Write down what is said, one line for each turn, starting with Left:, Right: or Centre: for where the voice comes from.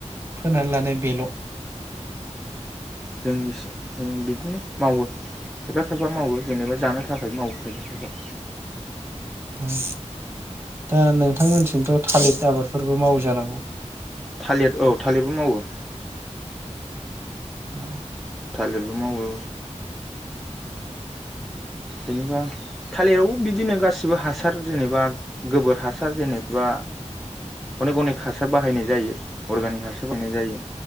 Right: फोनान लानाय बेल'।
Centre: जोंनिसि ओम बिदिनो मावो खायफा खायफा मावो जेनेबा जानो थाखाय मावो खायफा खायफा।
Right: उम। दा नोंथांमोनसिंथ' थालिद आबादफोरबो मावो जानांगौ।
Centre: थालिर औ थालिरबो मावो।
Right: अ
Centre: थालिरबो मावो। जेनेबा थालिरावबो बिदिनो गासिबो हासार जेनेबा गोबोर हासार जेनेबा अनेक अनेक हासार बाहायनाय जायो अर्गानिक हासार बाहायनाय जायो।